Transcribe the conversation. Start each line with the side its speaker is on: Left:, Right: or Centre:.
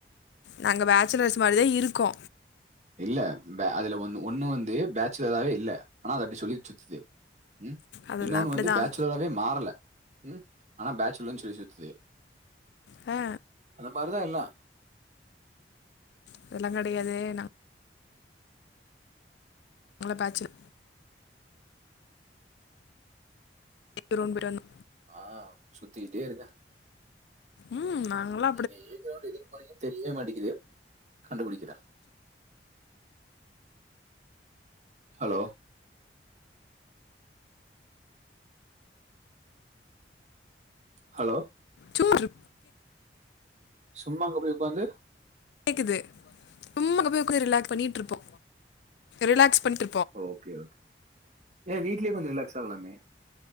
Left: நாங்க பேச்சுலர்ஸ் மாரி தா இருக்கோ
Right: இல்ல பே அதுலந்து ஒன்னு வந்து பேச்சுலராவே இல்ல ஆனா அது அப்டி சொல்லிட்டு சுத்துது ம்
Left: அதெல்லாம்
Right: இன்னொன்னு
Left: அப்படிதான்
Right: வந்து பேச்சுலராவே மாறல ம் ஆனா பேச்சுலர்னு சொல்லி சுத்துது
Left: ஆ
Right: அந்த மாரிதா எல்லா
Left: அதெல்லாங் கெடையாது நா நாங்கலா பேச்சுலர் திருப்பி ரூம் போயிட்டு வரணு
Right: ஆ சுத்தி கிட்டே இருக்க
Left: ம் நாங்களா
Right: நீங்க எதேட எதுக் போறீங்கன்னு தெரியவே மாட்டேக்கிது கண்டுபுடிக்கிறே ஹலோ ஹலோ
Left: சோறு
Right: சும்மா அங்க போயி ஒக்காந்து
Left: கேக்குது சும்மா அங்க போய் ரிலாக்ஸ் பண்ணிட்டு இருப்போ ரிலாக்ஸ் பண்ணிட்
Right: ஓகே ஓகே ஏ வீட்லயே கொஞ்சோ ரிலாக்ஸ் ஆகலாமே